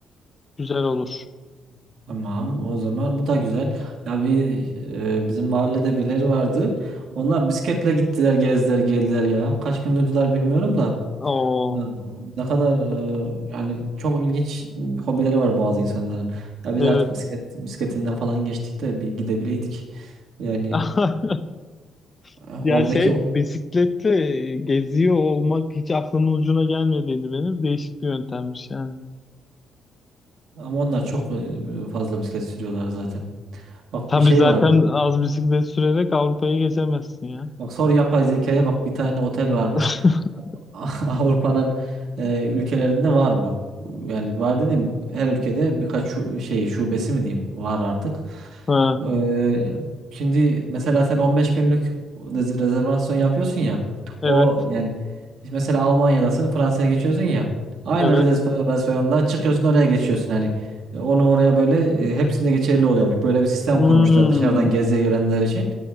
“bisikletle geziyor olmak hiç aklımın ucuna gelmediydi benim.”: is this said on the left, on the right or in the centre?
Left